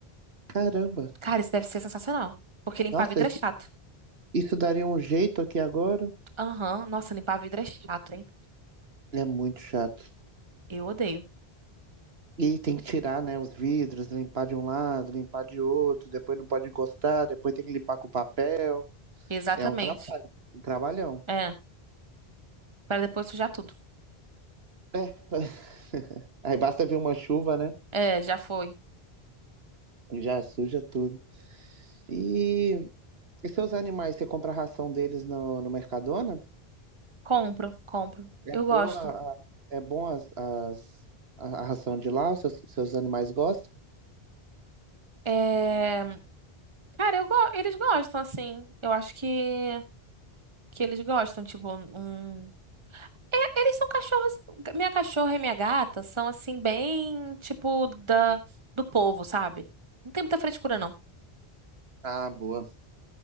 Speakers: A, on the right; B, on the right.
A: Caramba.
B: Cara, isso deve ser sensacional. Porque limpar
A: Nossa,
B: vidro
A: isso
B: é chato.
A: isso daria um jeito aqui agora.
B: Aham, Nossa, limpar vidro é chato, hein?
A: É muito chato.
B: Eu odeio.
A: E tem que tirar, né, os vidros, limpar de um lado, limpar de outro, depois não pode encostar, depois tem que limpar com papel.
B: Exatamente.
A: É um trabalho, um trabalhão.
B: É, para depois sujar tudo.
A: É, <laughs> aí basta vir uma chuva, né?
B: É, já foi.
A: e Já suja tudo. E, e seus animais, você compra a ração deles no, no Mercadona?
B: Compro, compro.
A: É
B: Eu
A: boa,
B: gosto.
A: a- é bom as, as- a a ração de lá, os seus, seus animais gostam?
B: É... Cara, eu go... eles gostam, assim. Eu acho que... que eles gostam, tipo, um... É, eles são cachorros... Minha cachorra e minha gata são, assim, bem, tipo, da... do povo, sabe? Não tem muita frescura, não.
A: Ah, boa.